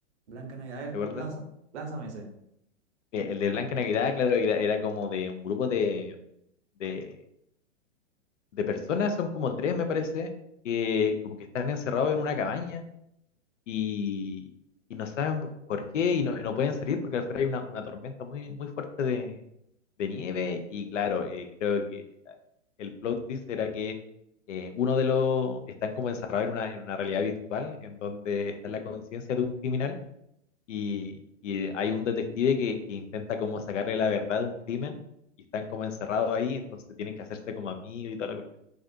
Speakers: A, on the right; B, on the left.
A: Blanca Navidad, a ver,
B: ¿Te acuerdas?
A: lanza- lánzame ese.
B: Eh, El de Blanca Navidad, claro, era, era como de un grupo de, de, de personas, son como tres, me parece, que como que están encerrados en una cabaña y, y no saben por qué y no, y no pueden salir porque afuera hay una, una tormenta muy, muy fuerte de, de nieve y claro, eh, creo que la- el plot twist era que eh, uno de los están como encerrados en una, en una realidad virtual en donde está la conciencia de un criminal y, y hay un detective que, que intenta como sacarle la verdad de un crimen y están como encerrados ahí, entonces tienen que hacerse como amigos y toda la cuestión.